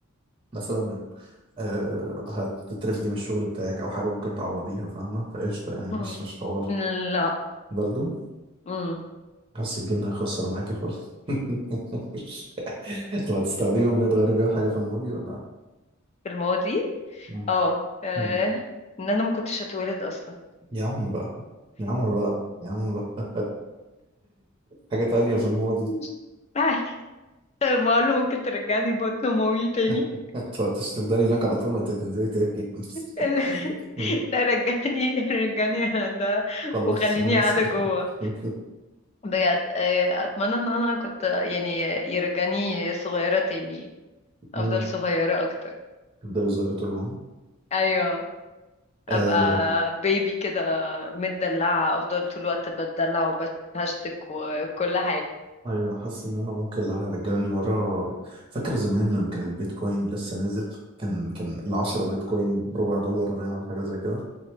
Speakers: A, on the right; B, on the left.
A: مثلا آه، هتترفدي من الشغل بتاعك او حاجه ممكن تعوضيها فاهمه فقشطه يعني
B: مم.
A: مش مش حوار
B: لا
A: برضو
B: مم.
A: حاسس الجن هيخسر معاكي خالص <laughs> طب هتستخدمي امنيه تغيري بيها حاجه في الماضي ولا
B: في الماضي
A: مم.
B: اه آه،
A: مم.
B: ان انا ما كنتش هتولد اصلا
A: يا عم بقى يا عم بقى يا عم بقى حاجه تانية في الماضي
B: <laughs> عادي. ما اقول له ممكن ترجعني بطن مامي تاني
A: <laughs> انت هتفضلي هناك على طول ما انت هتنزلي تاني
B: <laughs>
A: <laughs> مم.
B: لا رجعني رجعني يا هندسة
A: خلاص
B: وخليني
A: انا بس
B: قاعدة جوه
A: <laughs>
B: بجد آه، اتمنى ان انا كنت يعني يرجعني صغيرة تاني افضل
A: مم.
B: صغيرة اكتر
A: تفضلي صغيرة طول العمر
B: ايوه
A: آه،
B: ابقى بيبي كده متدلعة افضل طول الوقت بتدلع وبتهشتك وكل حاجة
A: ايوه انا حاسس ان انا ممكن لو هيرجعني ورا فاكر زمان لما كان البيتكوين لسه نازل كان كان العشرة بيتكوين بربع دولار باين ولا حاجه زي كده